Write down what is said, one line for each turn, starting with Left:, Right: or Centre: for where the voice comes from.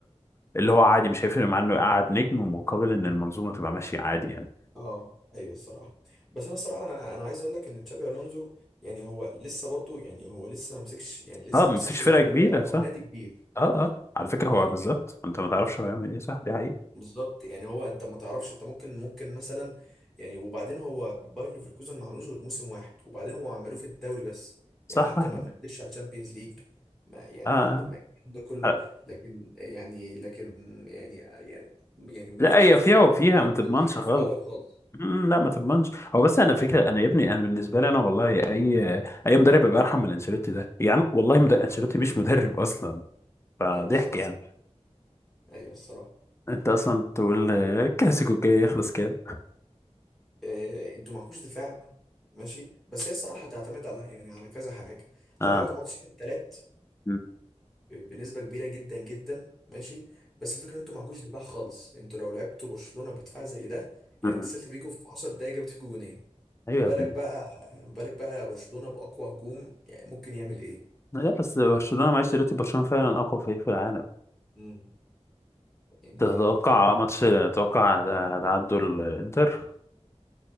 Left: اللي هو عادي مش هيفرق معاه انه يقعد نجم مقابل ان المنظومه تبقى ماشيه عادي يعني
Centre: اه ايوه الصراحه بس انا الصراحه انا انا عايز اقول لك ان تشابي الونزو يعني هو لسه برضو يعني هو لسه ما مسكش يعني لسه
Left: اه ما
Centre: ما مسكش
Left: مسكش فرقه
Centre: لعيبه
Left: كبيره صح
Centre: او نادي كبير
Left: اه اه على
Centre: يعني
Left: فكره هو بالظبط
Centre: يعني
Left: انت ما تعرفش هو هيعمل ايه صح دي حقيقه
Centre: بالظبط يعني هو انت ما تعرفش انت ممكن ممكن مثلا يعني وبعدين هو بايرن ليفركوزن ما عملوش غير موسم واحد وبعدين هو عملوه في الدوري بس
Left: صح
Centre: يعني حتى
Left: صح
Centre: ما ما قدرش على الشامبيونز ليج ما يعني
Left: اه
Centre: ما الكلام ده كله
Left: آه.
Centre: لكن يعني لكن يعني يعني يعني ما
Left: لا
Centre: ينفعش
Left: هي
Centre: انت
Left: فيها
Centre: تطلب
Left: وفيها
Centre: برضه
Left: ما تضمنش
Centre: منه حاجه
Left: خالص
Centre: في الاول خالص
Left: أمم، لا ما تضمنش هو بس انا فكره انا يا ابني انا بالنسبه لي انا والله اي اي مدرب يبقى ارحم من انشيلوتي ده يعني والله مد... انشيلوتي
Centre: اه
Left: مش مدرب <laughs> اصلا فضحك
Centre: ايوه الصراحه
Left: يعني
Centre: ايوه الصراحه
Left: انت اصلا تقول آه، الكلاسيكو الجاي يخلص كام
Centre: إيه انتوا معكوش دفاع ماشي بس هي الصراحه هتعتمد على يعني على كذا حاجه
Left: اه
Centre: هتعتمد على ماتش الثلاث
Left: أمم،
Centre: بنسبة كبيرة جدا جدا ماشي بس الفكرة انتوا معكوش دفاع خالص انتوا لو لعبتوا برشلونة بدفاع زي ده يعني
Left: أمم.
Centre: انت سيلتا فيجو في 10 دقايق جابت فيجو جونين
Left: ايوه
Centre: ما
Left: يا
Centre: بالك
Left: ابني
Centre: بقى ما بالك بقى برشلونة بأقوى هجوم يعني ممكن يعمل ايه
Left: لا بس برشلونة معلش دلوقتي برشلونة فعلا أقوى فريق في العالم
Centre: امم يعني
Left: تتوقع
Centre: بقى
Left: ماتش تتوقع هتعدوا الإنتر